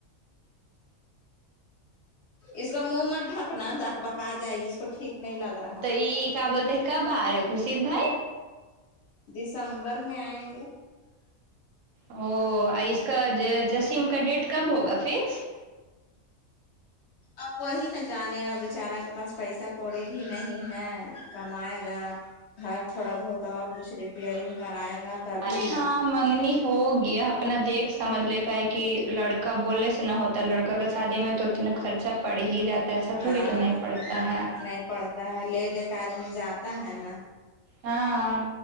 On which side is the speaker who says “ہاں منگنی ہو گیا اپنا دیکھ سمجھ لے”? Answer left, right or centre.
Right